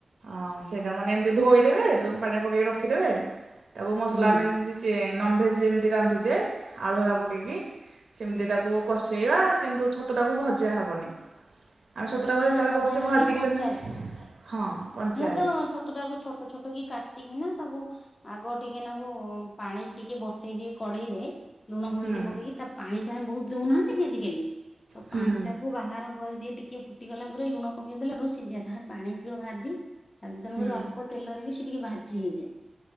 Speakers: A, on the right (about 70°); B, on the left (about 50°).
A: ଅଁ ସେଇଟା ମାନେ ଏମିତି ଧୋଇଦେବେ ଦୋ ପାଣିରେ ପକେଇକି ରଖିଦେବେ। ତାକୁ ମସଲା
B: ହୁଁ ହୁଁ
A: ଆମେ ଯେମିତି ଚେ ନନଭେଜ୍ ଯେମିତି ରାନ୍ଧୁଚେ। ଆଳୁ ହେରିକା
B: ହୁଁ
A: ପକେଇକି ସେମିତି
B: ହୁଁ।
A: ତାକୁ କଷେଇବା କିନ୍ତୁ ଛତୁଟାକୁ ଭଜା ହବନି। ଆମେ
B: ଓ
A: ଛତୁଟାକୁ
B: ବିନା
A: ଯେତେବେଳେ
B: ଭଜା
A: କରୁଚେ
B: ନ
A: ଭାଜିକି
B: ହେଇକି କଞ୍ଚାରେ
A: ଯେମିତି ହଁ କଞ୍ଚାରେ।
B: ମୁଁ ତ ଛତୁଟାକୁ ଛୋଟ ଛୋଟ କି କାଟିକିନି ତାକୁ ଆଗ ଟିକେ ନାଗୁ ପାଣି ଟିକେ ବସେଇ ଦିଏ କଡେଇରେ। ଲୁଣ ହଳଦୀ
A: ହୁଁ
B: ପକେଇକି ତା ପାଣିଟା ବହୁତ ଦଉନାହାନ୍ତି କି ଆଜିକାଲି। ତ
A: ହୁଁ
B: ପାଣିଟାକୁ ବାହାର କରିଦିଏ ଟି କେ ଫୁଟିଗଲା ପରେ ଲୁଣ ପକେଇ ଦେଲାରୁ ସିଜା <unintelligible> ତାହା ପାଣିଥିବ ଭାର ଦି ତାକୁ ତେଣୁକରି
A: ହୁଁ
B: ଅଳ୍ପ ତେଲରେ ବି ସେ ଟିକେ ଭାଜି ହେଇଯାଏ।